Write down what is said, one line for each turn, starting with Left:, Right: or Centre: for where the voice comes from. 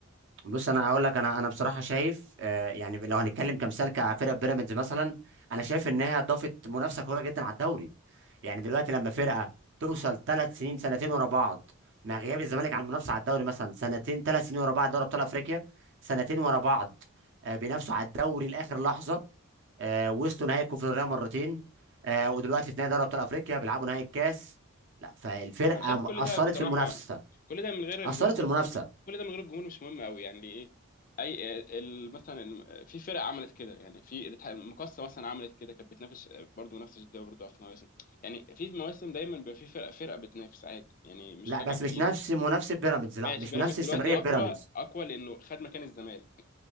Right: بص انا اقول لك انا انا بصراحة شايف آه يعني لو هنتكلم كمثال كفرقة بيراميدز مثلا انا شايف انها ضافت منافسة قوية جدا على الدوري يعني دلوقتي لما فرقة توصل ثلاث سنين سنتين ورا بعض مع غياب الزمالك عن المنافسة على الدوري مثلا سنتين ثلاث سنين ورا بعض دوري ابطال افريقيا سنتين ورا بعض آه بينافسوا على الدوري لاخر لحظة آه وصلوا نهائي الكونفدراليه مرتين آه ودلوقتي في نهائي دوري ابطال افريقيا بيلعبوا نهائي الكاس لا فالفرقه
Left: انا شايف
Right: م-
Left: كل
Right: اثرت
Left: ده بصراحه
Right: في المنافسه
Left: كل ده من غير الجمهور
Right: اثرت في المنافسه
Left: برضو كل ده من غير الجمهور مش مهم قوي يعني ايه اي ال- مثلا ال- في فرق عملت كده يعني في المقصه مثلا عملت كده كانت بتنافس برضو نفس الجديه برضو في مواسم يعني في مواسم دايما بيبقى في فرق فرقه بتنافس عادي يعني مش
Right: لا
Left: حاجه
Right: بس
Left: جديده
Right: مش نفس منافسه بيراميدز لا
Left: ماشي
Right: مش
Left: بيراميدز
Right: بنفس استمراريه
Left: دلوقتي اقوى
Right: بيراميدز
Left: اقوى لانه خد مكان الزمالك